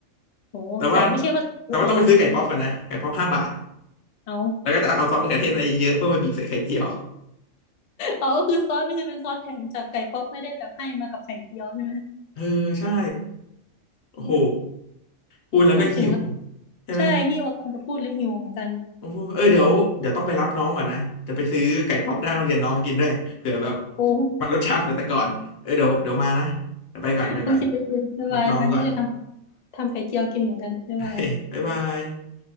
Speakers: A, on the left; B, on the left.
A: โอ้ใส่ไม่ใช่ว่าใส่เยอะเลยเหรอ
B: แต่ว่าแต่ว่าต้องไปซื้อไก่ป๊อปกันนะไก่ป๊อปห้าบาท
A: เอา
B: แล้วก็จะเอาซอสมะเขือเทศมาเยอะๆเพื่อมาบีบใส่ไข่เจียว
A: เอาก็คือซอสนี่คือเป็นซอสแถมจากไก่ป๊อปไม่ได้แบบให้มากับไข่เจียวใช่ไหม
B: เออใช่โอ้โห
A: เออ
B: พูดแล้วก็หิว
A: พูดถึงแล้ว
B: ใช่ไหม
A: ใช่นี่ว่ากำลังจะพูดเลยหิวเหมือนกัน
B: โอ้เออเดี๋ยวเดี๋ยวต้องไปรับน้องก่อนนะจะไปซื้อไก่ป๊อปหน้าโรงเรียนน้องกินด้วยเผื่อแบบ
A: โอ้
B: มันรสชาติเหมือนแต่ก่อนเออเดี๋ยวเดี๋ยวมานะเดี๋ยวไปก่อนไปก่อน
A: โอเคโอเคบ๊ายบายบายนี่ก็จะท
B: รับน้องก่อน
A: ำ ทำไข่เจียวกินเหมือนกันไม่เป็
B: <laughs> บ๊ายบาย